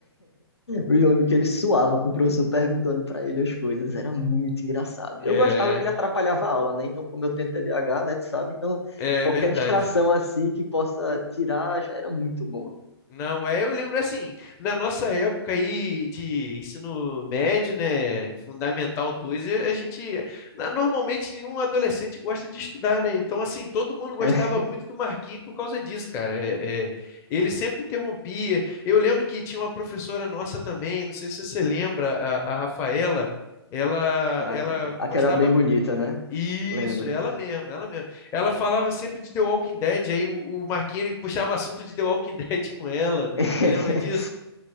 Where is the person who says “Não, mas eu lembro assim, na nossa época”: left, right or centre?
Left